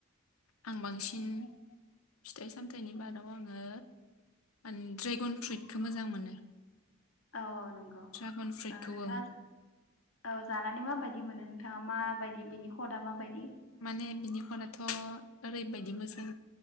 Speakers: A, on the left; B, on the left.
A: आं बांसिन फिथाइ सामथाइनि बादाव आङो आं द्रे गन फ्रुइटखौ मोजां मोनो
B: औ औ नंगौ नोंथाङा
A: ड्रागन फ्रुइटखौ
B: ओ नोंथाङा
A: ओं
B: जे औ जानानै माबायदि मोनो नोंथाङा माबायदि बिनि खदा माबायदि?
A: माने बिनि खनाथ' ओरैबायदि मोजां